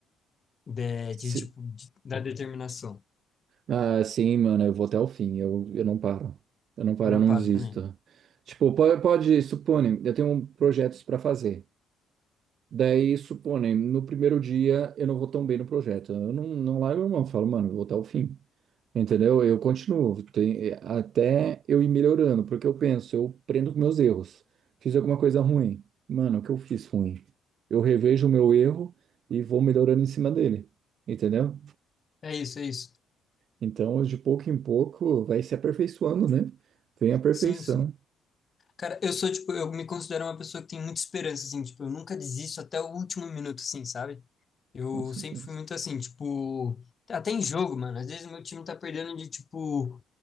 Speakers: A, on the left; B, on the right.
A: de,
B: Se-
A: de tipo, de- da determinação.
B: Ah, sim, mano, eu vou até o fim. Eu, eu não paro. Eu não paro,
A: Eu não
B: eu não
A: paro
B: desisto.
A: também.
B: Tipo, pode, pode, supõe, eu tenho projetos pra fazer. Daí, supõe, no primeiro dia eu não vou tão bem no projeto. Eu não, não largo a mão, falo, mano, eu vou até o fim. Entendeu? Eu continuo, tem- é, até eu ir melhorando, porque eu penso, eu prendo com meus erros. Fiz alguma coisa ruim. Mano, o que eu fiz ruim? Eu revejo o meu erro e vou melhorando em cima dele. Entendeu?
A: É isso, é isso.
B: Então, de pouco em pouco, vai se aperfeiçoando, né? Vem a perfeição.
A: Sim, sim. Cara, eu sou, tipo, eu me considero uma pessoa que tem muita esperança, assim, tipo, eu nunca desisto até o último minuto, assim, sabe? Eu
B: Com certeza.
A: sempre fui muito assim, tipo, até em jogo, mano, às vezes meu time tá perdendo de, tipo,